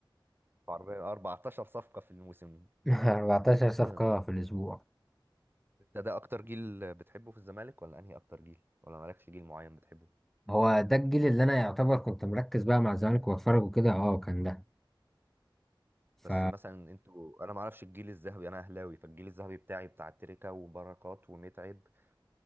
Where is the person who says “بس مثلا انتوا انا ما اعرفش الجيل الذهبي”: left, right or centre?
Right